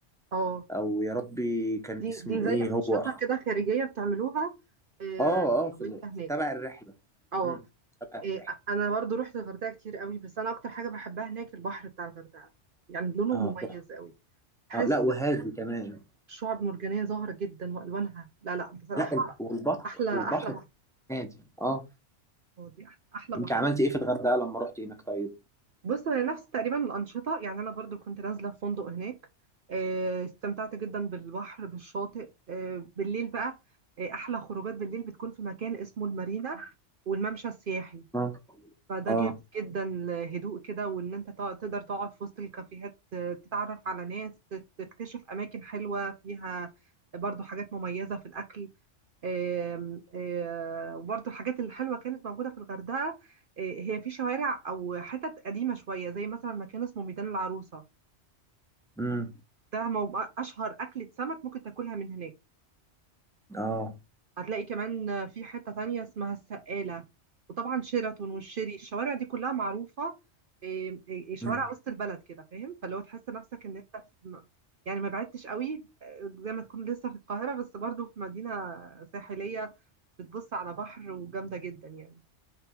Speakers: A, on the right (about 55°); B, in the centre.
A: اه
B: او يا ربي كان
A: دي
B: اسمه
A: دي زي
B: ايه هو
A: انشطه كده خارجيه بتعملوها إيه،
B: اه اه
A: وانت
B: في, ال-
A: هناك
B: في تبع الرحله
A: اه
B: امم تبع الرحله
A: إيه، انا برضو رحت الغردقه كتير قوي بس انا اكتر حاجه بحبها هناك البحر بتاع الغردقه يعني لونه
B: اه
A: مميز قوي بحس
B: اه لا وهادي كمان
A: شعب مرجانيه ظاهره جدا والوانها لا لا بصراحه
B: لا ال- والبحر
A: احلى
B: والبحر
A: احلى بحر
B: كان هادي اه
A: هو دي احلى أحلى
B: انت
A: بحر
B: عملت ايه في الغردقه لما رحت هناك طيب
A: بص انا نفس تقريبا الانشطه يعني انا برضو كنت نازله في فندق هناك آه، استمتعت جدا بالبحر بالشاطئ آه، بالليل بقى آه، احلى خروجات بالليل بتكون في مكان اسمه المارينا والممشى السياحي
B: اه
A: فده
B: اه
A: جامد جدا الهدوء كده وان انت تق- تقدر تقعد في وسط الكافيهات آه، تتعرف على ناس تت- تكتشف اماكن حلوة فيها برضو حاجات مميزة في الأكل آم، آه، وبرضو الحاجات الحلوة كانت موجودة في الغردقة آه، هي في شوارع أو حتت قديمة شوية زي مثلا مكان اسمه ميدان العروسة
B: امم
A: ده مو- أشهر أكلة سمك ممكن تاكلها من هناك
B: اه
A: هتلاقي كمان في حتة تانية اسمها السقالة وطبعا شيراتون والشيري الشوارع دي كلها معروفة إيه، إيه، شوارع
B: مم.
A: وسط البلد كده فاهم فلو تحس نفسك ان انت في يعني ما بعدتش قوي آه، زي ما تكون لسه في القاهرة بس برضو في مدينة ساحلية بتبص على بحر وجامدة جدا يعني